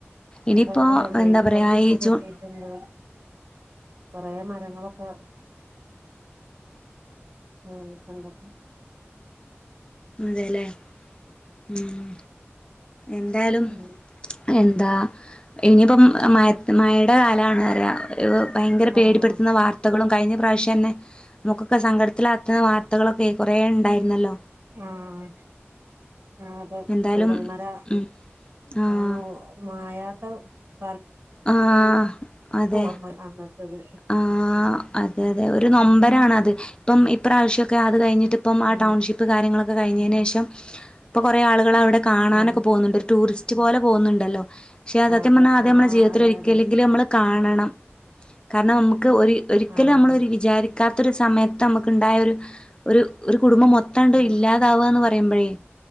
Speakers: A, on the left; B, on the right.
A: ഇനിയിപ്പോ
B: അപ്പ അതെ ലൈൻ
A: എന്താ പറയാ
B: കമ്പിയൊക്കെ
A: ഈ
B: പൊട്ടിയിട്ടുണ്ട്.
A: ജൂൺ
B: കൊറെ മരങ്ങളൊക്കെ ഉം <unintelligible>
A: അതേലെ ഉം എന്തായാലും.
B: ഉം
A: എന്താ ഇനിയിപ്പം മഴത് മഴേട കാലാണ് <unintelligible> ഭയങ്കര പേടിപ്പെടുത്തുന്ന
B: ആഹ്
A: വാർത്തകളും കഴിഞ്ഞ പ്രാവ്ശ് <unintelligible> നമുക്കൊക്കെ സങ്കടത്തിലാ <unintelligible> വാർത്തകളൊക്കെ കൊറെ ഇണ്ടായിരുന്നല്ലോ
B: ആഹ് ആ അതെ
A: എന്തായാലും
B: ചൂരൽമര
A: ഉം
B: <unintelligible>
A: ആഹ്
B: മായാ <unintelligible>
A: ആഹ് അതെ
B: ഓർമ്മ അന്നത്തത്
A: ആഹ് അതെ അതെ ഒരു നൊമ്പരാണത്
B: ഉം
A: ഇപ്പം ഇപ്രാവശ്യം ഒക്കെ അത് കഴിഞ്ഞ് ട്ടിപ്പം ആഹ്
B: ഉം
A: ടൗൺഷിപ്പ് കാര്യങ്ങളും കഴിഞ്ഞേനു ശേഷം ഇപ്പ കൊറെ ആളു അവിടെ കാണാനൊക്കെ
B: ആഹ്
A: പോകുന്നുണ്ട് ടൂറിസ്റ്റ് റ്റ് പോലെ പോകുന്നുണ്ടല്ലോ ക്ഷേ സത്യം
B: അതെ
A: പറഞ്ഞാ അത്‌
B: ആഹ്
A: നമ്മടെ ജീവിതത്തിലൊരികലങ്കിലും
B: അതെ അതെ
A: നമ്മള് കാണണം കാരണം നമ്മക്ക് ക്ക് ഒ ഒരിക്കലും
B: ആഹ്
A: നമ്മൾ ഒരു വിചാരിക കാത്തൊരു സമയത്ത് നമുക്ക് ഉണ്ടായ രു ഒരു ഒരു ഒരു കുടുംബം മൊത്താണ്ട്
B: ഉം
A: ഇല്ലാതാവാ എന്ന് പറ <unintelligible>